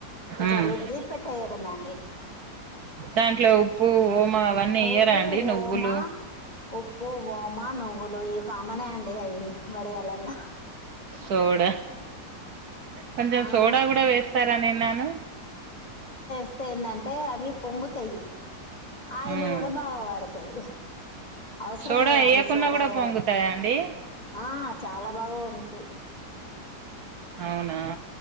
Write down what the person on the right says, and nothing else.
ఉమ్
దాంట్లో ఉప్పు ఓమా అవన్నీ ఎయ్యరా
అండి నువ్వులు
సోడ కొంచెం
సోడా కూడా వేస్తారని విన్నాను
ఉమ్
సోడా
వేయకున్నా
కూడా
పొంగుతాయా అండి
అవునా